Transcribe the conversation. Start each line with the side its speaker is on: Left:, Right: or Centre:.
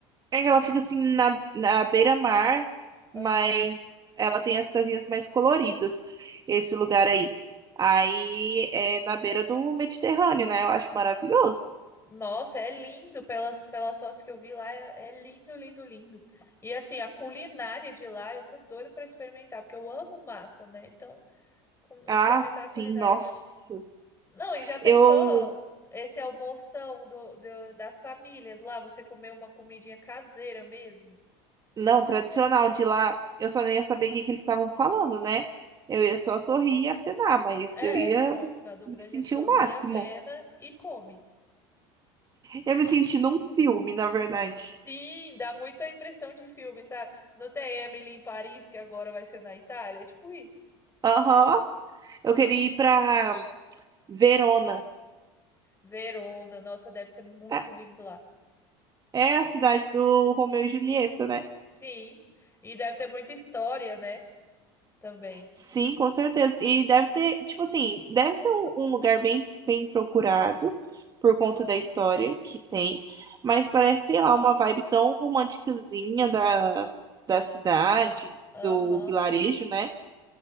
Right: é que ela fica assim na, na beira-mar, mas
Left: Aham.
Right: ela tem as casinhas mais coloridas, esse lugar aí. Aí é na beira do Mediterrâneo, né? Eu acho maravilhoso.
Left: Nossa, é lindo. Pelas, pelas fotos que eu vi lá, é, é lindo, lindo, lindo. E assim, a culinária de lá, eu sou doida pra experimentar, porque eu amo massa, né? Então, com-
Right: Ah,
Left: experimentar
Right: sim,
Left: a culinária
Right: nossa.
Left: de lá. Não, e já pensou
Right: Eu
Left: esse almoção do, do- das famílias lá? Você comer uma comidinha caseira mesmo?
Right: Não, tradicional de lá, eu só nem ia saber o que que eles estavam falando, né? Eu ia só sorrir e acenar, mas
Left: É,
Right: eu ia
Left: pronto. Na dúvida,
Right: me
Left: a
Right: sentir
Left: gente sorri
Right: o máximo.
Left: a cena e come.
Right: Eu me senti num filme, na verdade.
Left: Sim, dá muita impressão de filme, sabe? Não tem Emily em Paris, que agora vai ser na Itália? É tipo isso.
Right: Aham. Eu queria ir pra Verona.
Left: Verona, nossa, deve ser muito
Right: É
Left: lindo lá.
Right: é a cidade do Romeu e Julieta, né?
Left: Sim, e deve ter muita história, né? Também.
Right: Sim, com certeza. E deve ter, tipo assim, deve ser um, um lugar bem, bem procurado por conta da história que tem, mas parece, sei lá, uma vibe tão romanticazinha da, das cidades,
Left: Aham.
Right: do vilarejo, né?